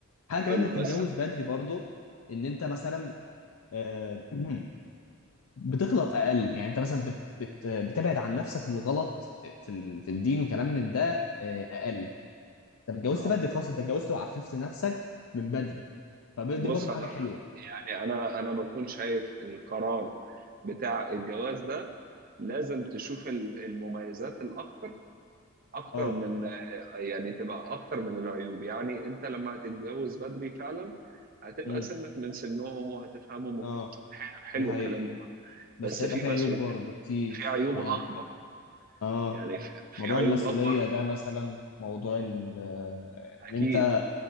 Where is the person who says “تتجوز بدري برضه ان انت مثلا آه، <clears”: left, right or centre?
Left